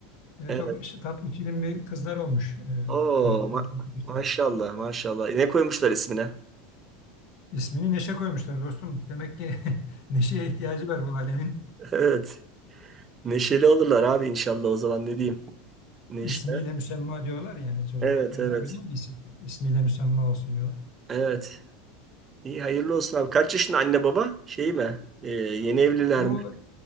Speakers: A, on the left; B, on the right.
A: E,
B: Evet.
A: çok işte, tatlı film bir kızlar olmuş. E,
B: Oo
A: çocuk, e,
B: ma-
A: arkadaşlarım.
B: maşallah maşallah. Ne koymuşlar ismine?
A: İsmini Neşe koymuşlar dostum. Demek ki <laughs> Neşe'ye ihtiyacı var bu ailenin.
B: Evet. Neşeli olurlar abi inşallah o zaman ne diyeyim. Neşe.
A: İsmiyle müsemma diyorlar yani çocuklara.
B: Evet evet.
A: Güzel bir isim. İsmiyle müsemma olsun diyorlar.
B: Evet. İyi hayırlı olsun abi. Kaç yaşında anne baba? Şey mi? E, yeni evliler
A: Bu
B: mi?